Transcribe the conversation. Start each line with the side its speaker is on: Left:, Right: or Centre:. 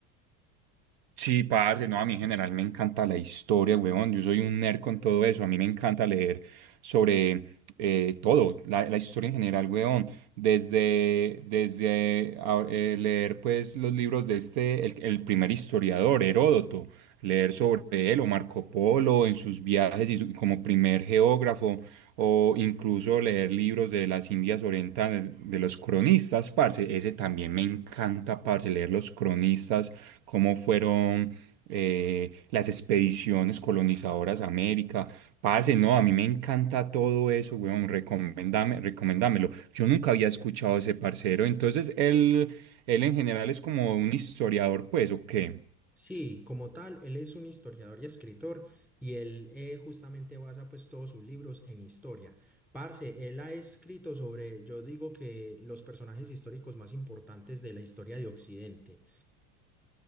Right: Sí, parce, no, a mí en general me encanta la historia, huevón. Yo soy un nerd con todo eso. A mí me encanta leer sobre eh, todo, la, la historia en general, huevón. Desde, desde ah, eh, leer, pues, los libros de este, el, el primer historiador, Heródoto, leer sobre él o Marco Polo en sus viajes y su- como primer geógrafo, o incluso leer libros de las Indias Orientales, de los cronistas, parce. Ese también me encanta, parce, leer los cronistas cómo fueron eh, las expediciones colonizadoras a América. Parce, no, a mí me encanta todo eso, weón, recomendame, recomendámelo. Yo nunca había escuchado a ese parcero, entonces él, él en general es como un historiador, pues, ¿o qué?
Centre: Sí, como tal, él es un historiador y escritor y él eh, justamente basa pues todos sus libros en historia. Parce, él ha escrito sobre, yo digo que los personajes históricos más importantes de la historia de Occidente.